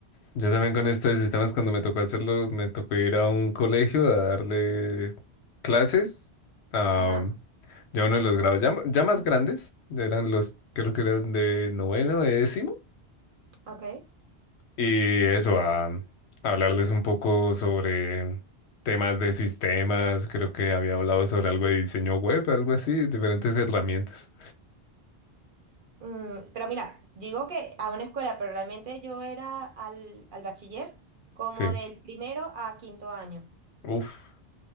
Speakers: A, on the left; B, on the right.
A: Yo también con esto de sistemas, cuando me tocó hacerlo, me tocó ir a un colegio a darle clases a
B: Ajá,
A: ya uno de los grados ya, ya más grandes, eran los, creo que eran de noveno, de décimo,
B: ok.
A: y eso, a, a hablarles un poco sobre temas de sistemas, creo que había hablado sobre algo de diseño web, algo así, diferentes herramientas.
B: Mm, pero mira, digo que a una escuela, pero realmente yo era al, al bachiller como
A: Sí,
B: del primero a quinto año.
A: uff,